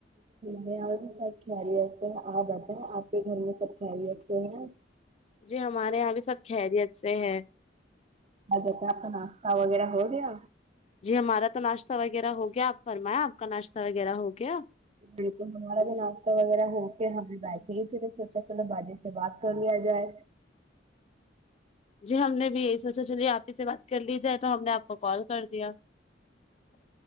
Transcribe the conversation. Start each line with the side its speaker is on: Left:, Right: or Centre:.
Right: میں بھی سب خیر یت ہے آپ بتائیے آپ کے گھر میں سب خیریت سے ہیں
Left: جی ہمارے یہاں بھی سب خیریت سے ہیں
Right: اور بتا آپ کا ناشتہ وغیرہ ہو گیا
Left: جی ہمارا تو ناشتہ وغیرہ ہو گیا آپ فرمائیں آپ کا ناشتہ وغیرہ ہو گیا
Right: بالکل ہمارا جو ناشتہ وغیرہ ہو کے ہمیں بیٹھے سوچا چلو باجی سے بات کر لیا جائے
Left: جی ہم نے بھی یہی سوچا چلیے آپ ہی سے بات کر لی جائے تو ہم نے آپ کو کال کر دیا